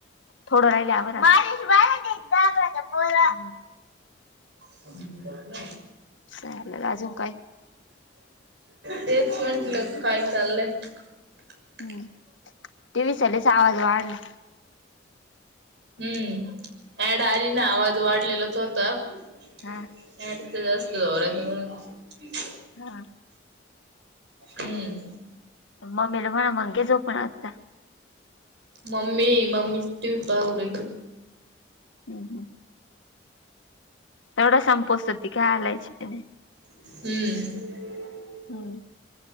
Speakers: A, on the left; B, on the right.
A: थोडं राहिल आवर. <unintelligible>
B: <inaudible>
A: सर आपल्याला अजून काही
B: तेच म्हंटलं काय चाललंय.
A: हम्म
B: <unintelligible>
A: टीव्ही चालूचा आवाज वाढला
B: हम्म ऍड आली ना आवाज वाढलेलाच होता. ऍडच
A: हा
B: जास्त होरत म्हणून.
A: हा
B: हम्म
A: मम्मीला म्हणा म घे जोपून आता.
B: मम्मी मम्मी टीव्ही पाहू राहिली.
A: हम्म हम्म तेवढा संपोसतर ती काय हिलायची नाय.
B: हम्म
A: हम्म